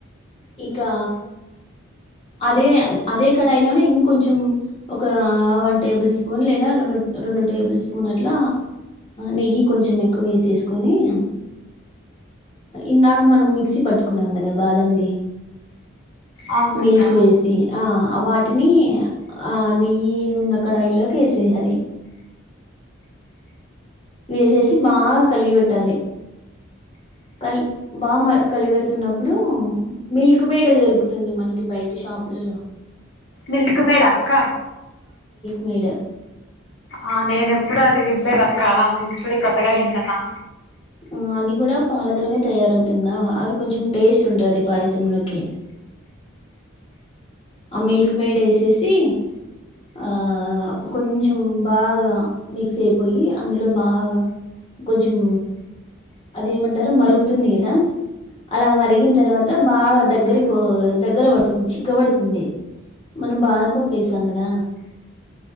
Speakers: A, on the left; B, on the left.
A: ఇకా అదే అదే కడాయిలోనే ఇంకొంచెం ఒక వన్ టేబుల్ స్పూన్ లేద రొండు రొండు టేబుల్ స్పూన్ అట్ల నెయ్యి కొంచెం ఎక్కువ వేసేసుకొని హ్మ్ ఇందాక మనం మిక్సీ పట్టుకున్నాం కదా బాదంది
B: అవునక్క
A: మిల్క్ వేసి ఆ వాట్ టిని ఆ నెయ్యి ఉన్న కడాయిల్లోకి వేసేయాలి వేసేసి బాగ కలిగి పెట్టాలి కల్ బాగా మ కలిగిపెడుతున్నప్పుడు మిల్క్ మేడ్ దొరుకుతుంది మనకి బయట షా షాప్లలో
B: మిల్క్ మేడాక్క
A: మీడే
B: ఆ నేనెప్పుడు అది వింలేదక్కా ఇప్పుడే కొత్తగ వింటన్నా
A: హ్మ్ అది కూడ పాలతోనే తయారవుతుందా అది కొంచెం టేస్ట్ ఉంటది పాయసంలోకి ఆ మిల్క్ మేడ్ ఏసేసి ఆ కొంచెం బాగ మిక్స్ అయిపోయి అందులో బా గ కొంచెం అదేమంటరు మరుగుతుంది కద అల మరిగిన తర్వాత బాగా దగ్గరి కో దగ్గర పడుతుంది చిక్క పడతుంది మనం బాదంపప్పేసాం గద